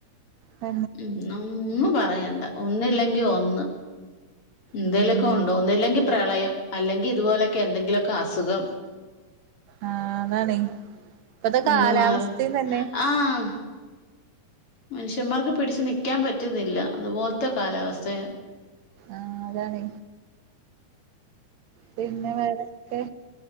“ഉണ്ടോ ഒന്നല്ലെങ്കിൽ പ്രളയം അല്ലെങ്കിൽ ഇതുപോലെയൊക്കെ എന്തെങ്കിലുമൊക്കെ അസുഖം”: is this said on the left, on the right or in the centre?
Left